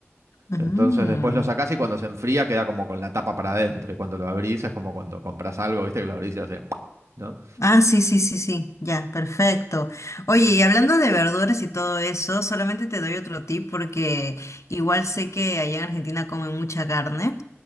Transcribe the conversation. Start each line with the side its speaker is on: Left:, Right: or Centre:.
Left: Ujú.
Right: Entonces después lo sacás y cuando se enfría queda como con la tapa para adentro. Y cuando lo abrís es como cuando compras algo, viste que lo abrís y hace, ¿no?
Left: Ah, sí, sí, sí, sí, ya, perfecto. Oye, y hablando de verduras y todo eso, solamente te doy otro tip porque igual sé que allá en Argentina comen mucha carne,